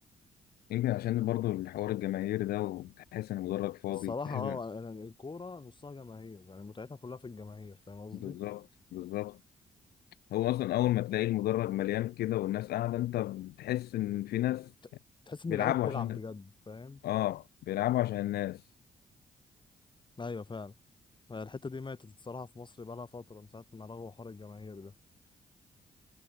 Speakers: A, on the left; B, on the left.
A: يمكن عشان برضه الحوار الجماهيري ده وتحس ان المدرج فاضي
B: الصراحة
A: تحس
B: اه
A: ان
B: أنا- الكورة نصها جماهير يعني متعتها كلها في الجماهير فاهم قصدي؟
A: بالظبط بالظبط هو اصلا اول ما تلاقي المدرج مليان كده والناس قاعده انت بتحس ان في ناس
B: ت- تحس
A: بيلعبوا
B: إن اللعيبة بتلعب
A: عشان ده
B: بجد فاهم؟
A: اه بيلعبوا عشان الناس
B: أيوة فعلا يعني الحتة دي ماتت الصراحة في مصر بقالها فترة من ساعة ما لغوا حوار الجماهير ده